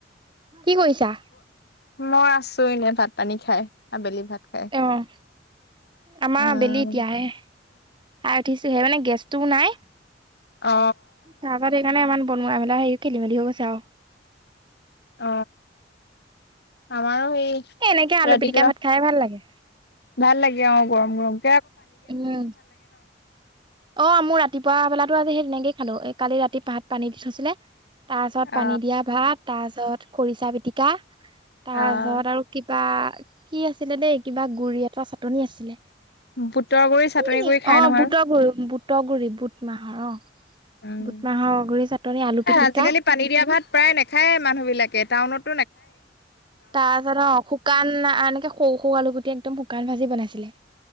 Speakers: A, on the right; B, on the left.
A: কি কৰিছা?
B: মই আছো এনে ভাত পানী খাই আবেলি ভাত খাই
A: অ', আমাৰ
B: উম
A: আবেলি এতিয়াহে খাই উঠিছো সে মানে গেছটোও নাই।
B: অ অ
A: তাৰপাত সেইকাৰণে ইমান বনোৱা মেলা হেৰি খেলি মেলি হৈ গৈছে আৰু।
B: অ আমাৰো সেই
A: এ এনেকে আলু
B: ৰাতিপুৱা
A: পিটিকা ভাত খাই ভাল লাগে।
B: ভাল লাগে অ, গৰম - গৰম।
A: উম, অ, মোৰ ৰাতিপুৱা বেলাত টো আজি সেই তেনেকে খালো কালি ৰাতি পাহাত পানী দি থৈছিলে। তাৰ পিছত
B: অ
A: পানী দিয়া ভাত তাৰ পিছত খৰিচা পিটিকা তাৰপিছত
B: অ
A: আৰু কিবা কি আছিলে দেই কিবা গুৰি এটা চাটনি আছিলে।
B: বুটৰ গুৰি চাটনি
A: কি
B: কৰি খাই
A: অ,
B: নহয়
A: বুটগুৰি - বুটগুৰি বুট মাহৰ অ,
B: উম,
A: বুট মাহৰ গুৰি চাটনি আলু পিটিকা
B: আজিকালি পানী দিয়া ভাত প্ৰায় নাখায়ে মানুহ বিলাকে টাউনত।
A: তাৰ পাছত অ, শুকান এনেকে সৰু - সৰু আলু গুটি একদম শুকান ভাজি বনাইছিলে